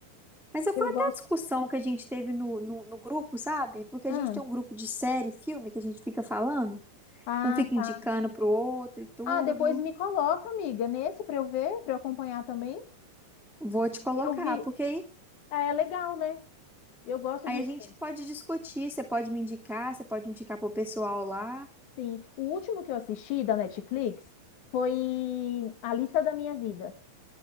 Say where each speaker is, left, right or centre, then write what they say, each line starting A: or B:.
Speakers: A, in the centre; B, on the left.
A: Mas eu- fui
B: eu gosto.
A: até a discussão que a gente teve no, no, no grupo, sabe? Porque a
B: Hum.
A: gente tem um grupo de série, filme, que a gente fica falando.
B: Ah,
A: Um fica indicando
B: tá.
A: pro outro e tudo.
B: Ah, depois me coloca, amiga, nesse para eu ver, para eu acompanhar também.
A: Vou te colocar,
B: Eu vi.
A: porque aí,
B: Ah, é legal, né? Eu gosto
A: aí
B: de
A: a
B: ver.
A: gente pode discutir. Você pode me indicar, você pode indicar pro pessoal lá.
B: Sim. O último que eu assisti da Netflix foi A Lista da Minha Vida.